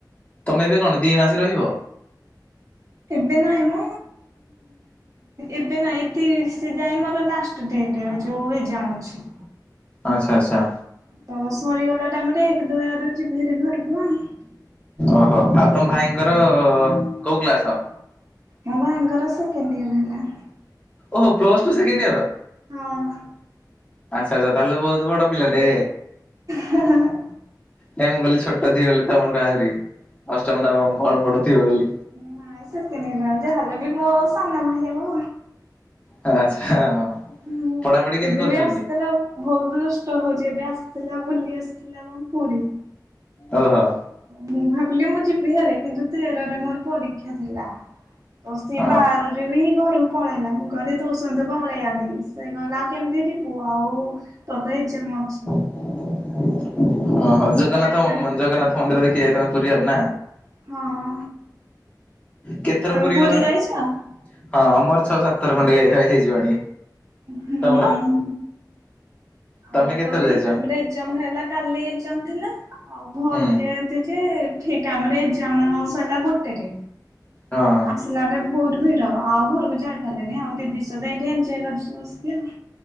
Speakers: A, on the left (about 20°); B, on the right (about 50°).
A: ତମେ ଏବେ କଣ ଦି ମାସ ରହିବ?
B: ଏବେ ନାଇଁ ମ ଏବେ ନାଇଟ ସେ ଯାଏ ମୋର ଲାଷ୍ଟ ଡେଟ୍ ଯୋଉ ଏଜାମ୍ ଅଛି।
A: ଆଚ୍ଛା ଆଚ୍ଛା।
B: ତ ସରିଗଲା ଟାଇମ୍ ରେ ଏକ ଦୁଇ ଆଡେ ଯିବିହାରି ଘରକୁ ଆଉ।
A: ଓହୋ ଆଉ ତମ ଭାଇଙ୍କର କୋଉ କ୍ଳାସ?
B: ମୋ ଭାଇଙ୍କର ସେକେଣ୍ଡିୟର ହେଲାଣି।
A: ଓହୋ ପ୍ଲ ଟୁ ସେକେଣ୍ଡ ଇୟର?
B: ହଁ ମ।
A: ଆଚ୍ଛା ଆଚ୍ଛା ତାହେଲେ ତ ବହୁତ ବଡ ପିଲା ଟେ।
B: ହେଁ ହେଁ।।
A: ନାଇଁ ମୁଁ କହିଲି ଛୋଟ ଥିବ ବୋଲି ତମଠୁ ଆହୁରି ଅଷ୍ଟମ ନବମ କଣ ପଢୁଥିବ ବୋଲି?
B: ନା ସେକେଣ୍ଡିୟର ହେଲେ ବି ମୋ ସାନ ଭାଇ ହେବ।
A: ଆଚ୍ଛା।
B: ହୁଁ
A: ପଢାପଢି କେମିତି
B: ଏବେ
A: କରୁଛନ୍ତି?
B: ବି ଆସିଥିଲା ଉ ବହୁତ ଦୃଷ୍ଟ ହଉଛି ଏବେ ଆସିଥିଲା ବୁଲି ଆସିଥିଲା କଣ ପୁରୀ।
A: ଓହୋ।
B: ମୁଁ ଭାବିଲି ମୁଁ ଯିବି ହାରୀ କିନ୍ତୁ ତେରରେ ମୋର ପରୀକ୍ଷା ଥିଲା ତ ସେ
A: ଓହୋ
B: ବାର ବାରରେ ବି ଘରକୁ ପଳେଇଲା ମୁଁ କହିଲି ତୋ ସହିତ ପଳେଇ ଆନ୍ତି ସେ କହିଲା କେମିତି ଯିବୁ ଆଉ ତଥାପି ଚେମ ଅଛି।
A: ଓହୋ
B: ଆଉ ମୁଁ
A: ଜଗନ୍ନାଥ
B: ଦେବିନି
A: ଜଗନ୍ନାଥ ମନ୍ଦିରରେ ଦେଖି ଜାଇଥାନ୍ତ ପୁରୀ ଆଉ ନା।
B: ହଁ ହଁ
A: କେତେଥର
B: ତମେ ପୁରୀ
A: ଗଲଣି?
B: ଯାଇଛ?
A: ହଁ ମୋର ଛଅ ସାତଥର ଖଣ୍ଡେ ହେଇଯିବଣି
B: ହୁଁ
A: ତମର?
B: ଆଉ
A: ତମେ
B: ମୋର
A: କେତେଥର
B: ତ ଠିକ୍
A: ଯାଇଛ?
B: ଟାଇମରେ ଏକଜାମ ହେଲା କାଲି ଏକଜାମ ଥିଲା ଆଉ ଘରକୁ
A: ହୁଁ
B: ଯିବା ପାଇଁ ଥାନ୍ତି ଯେ ଠିକ୍ ଟାଇମ୍ ରେ ଏକଜାମ୍ ସରିଲା ଗୋଟେରେ।
A: ହଁ ହଁ।
B: ଆସିଲାବେଳେ ବହୁତ ଭିଡ ଆହୁରି ଯାଇପାରିଲିନି ଆଉ ଦିଦି ସହିତ ଏଠି ଏଜୟ କରୁଚି ବସିକି ଆଉ।